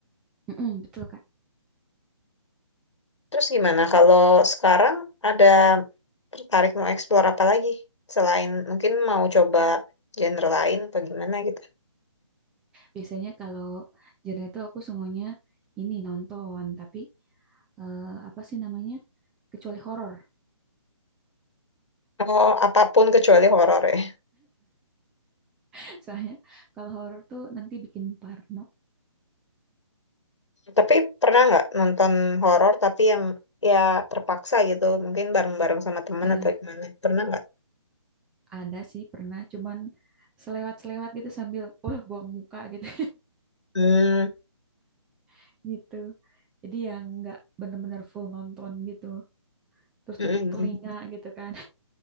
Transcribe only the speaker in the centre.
mm-mm, betul kak.
Biasanya kalau genre itu aku semuanya ini nonton, tapi eh, apa sih namanya? Kecuali horor.
<laughs> Soalnya kalau horor tuh nanti bikin parno.
Eh,
ada sih pernah, cuman selewat-selewat gitu sambil wah buang muka gitu
<laughs> gitu. Jadi yang nggak bener-bener full nonton gitu. Terus
tutup telinga gitu kan,